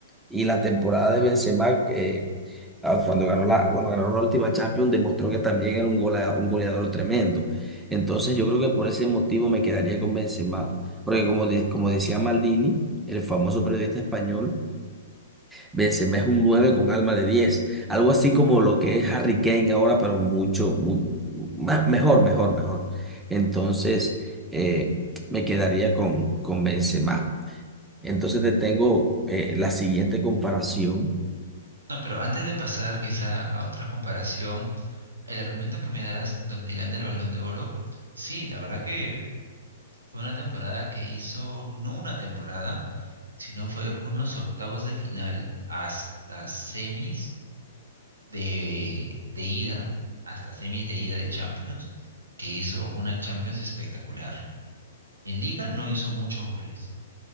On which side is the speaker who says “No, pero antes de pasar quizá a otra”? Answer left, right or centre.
Right